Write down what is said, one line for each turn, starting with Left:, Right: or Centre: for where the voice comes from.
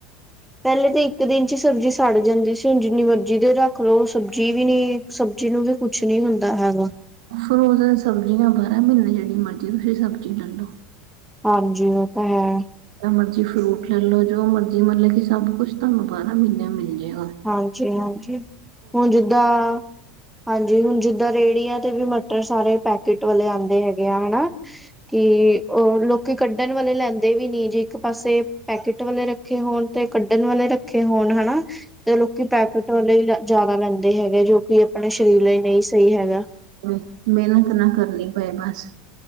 Centre: ਪੈਲੇ ਤਾਂ ਇੱਕ ਦਿਨ 'ਚ ਸਬਜ਼ੀ ਸੜ ਜਾਂਦੀ ਸੀ ਹੁਣ ਜਿੰਨੀ ਮਰਜੀ ਰੱਖ ਲਓ ਸਬਜ਼ੀ ਵੀ ਨਈ ਸਬਜ਼ੀ ਨੂੰ ਵੀ ਕੁਛ ਨੀ ਹੁੰਦਾ ਹੈਗਾ।
Right: ਫਰੋਜਨ ਸ਼ਬਜ਼ੀਆਂ ਬਾਰਾਂ ਮ੍ਹੀਨੇ ਜਿਹੜੀ ਮਰਜ਼ੀ ਤੁਸੀਂ ਸਬਜ਼ੀ ਲੈਲੋ।
Centre: ਹਾਂਜੀ ਓ ਤੇ ਹੈ।
Right: ਜੋ ਮਰਜੀ ਫਰੂਟ ਲੈ ਲਓ ਜੋ ਮਰਜੀ ਮਤਲਬ ਕਿ ਸਭ ਕੁੱਛ ਤੁਹਾਨੂੰ ਬਾਰਾਂ ਮ੍ਹੀਨੇ ਮਿਲ ਜਾਏਗਾ।
Centre: ਹਾਂਜੀ-ਹਾਂਜੀ ਹੁਣ ਜਿੱਦਾਂ ਹਾਂਜੀ ਹੁਣ ਜਿੱਦਾਂ ਰੇਹੜੀਆਂ ਤੇ ਵੀ ਮਟਰ ਸਾਰੇ ਪੈਕਟ ਵਾਲੇ ਆਂਦੇ ਹੈਗੇ ਆ ਹਨਾ। ਕਿ ਓ ਲੋਕ ਕਿ ਕੱਢਣ ਵਾਲੇ ਲੈਂਦੇ ਵੀ ਨਹੀਂ ਜੇ ਇੱਕ ਪਾਸੇ ਪੈਕਟ ਵਾਲੇ ਰੱਖੇ ਹੋਣ ਤੇ ਕੱਢਣ ਵਾਲੇ ਰੱਖ ਕੇ ਹੋਣ ਹਨਾ। ਤੇ ਲੋਕੀ ਪੈਕਟ ਲਈ ਜਾਦਾ ਲੈਂਦੇ ਹੈਗੇ ਜੋ ਕਿ ਆਪਣੇ ਸਰੀਰ ਲਈ ਨਈ ਸਹੀ ਹੈਗਾ।
Right: ਹੂੰ ਮਿਹਨਤ ਨਾ ਕਰਨੀ ਪਏ ਬਸ